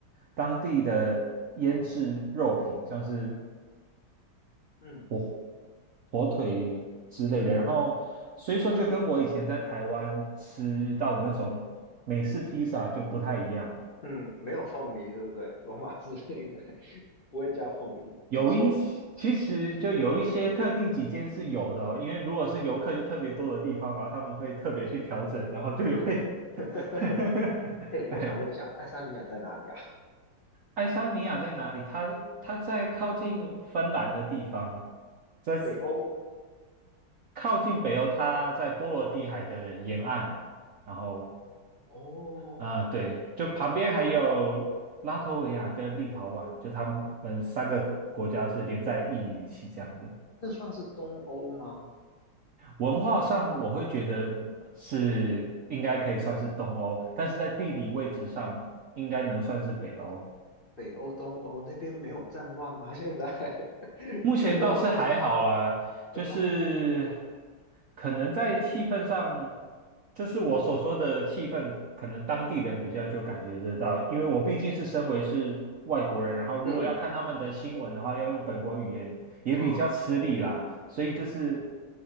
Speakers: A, on the right; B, on the left.
A: 当地的腌制肉品，像是
B: 嗯
A: 火火腿之类的，
B: 嗯
A: 然后所以说就跟我以前在台湾吃到的那种美式披萨就不太一样。
B: 嗯，没有凤梨，对不对？罗马字 <laughs> 应该不会加凤梨。
A: 有一些，
B: 听说，
A: 其实就有一些特定几间是有的哦，因为如果是游客就特别多的地方，然后他们会特别去调整，然后就会 <laughs>
B: <laughs> 哎，我想问一下，
A: 对，
B: 爱沙尼亚在哪里啊？
A: 爱沙尼亚在哪里？它它在靠近芬兰的地方，在
B: 北欧
A: 靠近北欧，它在波罗的海的沿岸，然后
B: 哦，
A: 呃，对，就旁边还有拉脱维亚跟立陶宛，就他们三个国家是连在一起这样子。
B: 那算是东欧吗？
A: 文化上，我会觉得是应该可以算是东欧，但是在地理位置上，应该能算是北欧。
B: 北欧、东欧那边没有战乱吗？现在 <laughs>
A: 目前倒是还好啦，
B: 有没有？<laughs> 这还好。
A: 就是可能在气氛上，就是我所说的气氛，可能当地人比较就感觉得到，因为我毕竟是身为是外国人，然后如果要看他们的新闻的话，
B: 嗯，
A: 要用本国语言也比较吃力啦，
B: 哦
A: 所以就是